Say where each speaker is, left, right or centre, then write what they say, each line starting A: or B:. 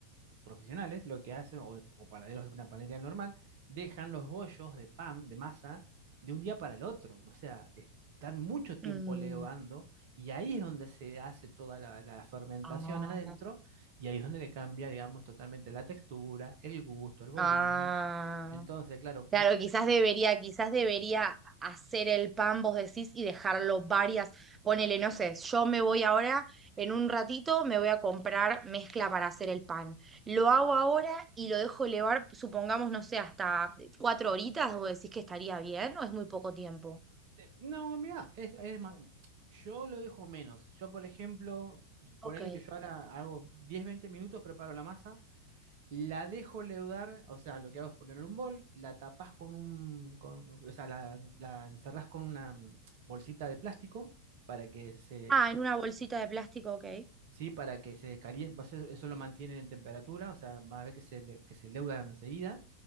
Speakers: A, on the right; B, on the right.
A: profesionales lo que hacen, o, de- o panaderos de una panadería normal, dejan los bollos de pan, de masa, de un día para el otro. O sea, están mucho tiempo
B: Mm.
A: levando y ahí es donde se hace toda la, la fermentación
B: Ah.
A: adentro y ahí es donde le cambia, digamos, totalmente la textura, el gusto, el volumen.
B: Ah.
A: Entonces, claro,
B: Claro,
A: mu-
B: quizás debería, quizás debería hacer el pan, vos decís, y dejarlo varias, ponele, no sé, yo me voy ahora, en un ratito me voy a comprar mezcla para hacer el pan. Lo hago ahora y lo dejo elevar, supongamos, no sé, hasta cuatro horitas, vos decís que estaría bien o es muy poco tiempo.
A: eh, no, mira, es, es más, yo lo dejo menos. Yo, por ejemplo, ponele
B: Ok.
A: que yo ahora hago 10, 20 minutos, preparo la masa. La dejo leudar, o sea, lo que hago es ponerle un bol, la tapás con un, con- o sea, la, la encerrás con una mm, bolsita de plástico para que se,
B: Ah, en una bolsita de plástico, ok.
A: sí, para que se caliente, pues, e, eso, lo mantienen en temperatura, o sea, vas a ver que se, le- que se leuda enseguida.